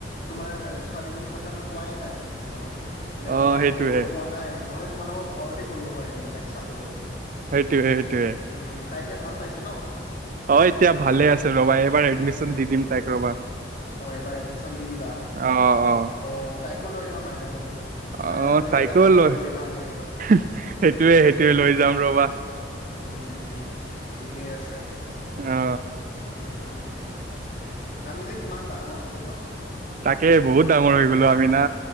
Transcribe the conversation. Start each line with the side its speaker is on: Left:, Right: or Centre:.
Left: তোমাৰ ছোৱালীজনীৰ কথাটো কোৱাই নাই মানে কোনেও। এনেকুৱা
Right: অ'
Left: মই
Right: সেইটোয়ে
Left: খবৰো পোৱা নাই, নহ'লে তোমালোকৰ ঘৰতে গলোঁ হয় এদিন তাইক চাবলৈ।
Right: সেইটোৱেই সেইটোৱেই।
Left: ওম, তাই এতিয়া ভাল পাইছে ন?
Right: অ', এতিয়া ভালে আছে ৰবা, এইবাৰ এডমিশ্যন দি দিম তাইক ৰবা।
Left: অঁ ', এবাৰ এডমিশ্যন দি দিবা,
Right: অ অ
Left: অঁ', তাইকো লৈ আহিবা মাইনাজনীক।
Right: আহ',
Left: মাইনাজনীৰো
Right: তাইকো
Left: জাহাজত
Right: লৈ,
Left: ফুৰি ভাল লাগিব
Right: হেহ সেইটোৱে সেইটোৱে লৈ যাম ৰবা।
Left: উম', ঠিকেই আছে।
Right: অ
Left: উম', আমি যে কিমান ডাঙৰ হলো ন?
Right: তাকে বহুত ডাঙৰ হৈ গ'লো আমি না।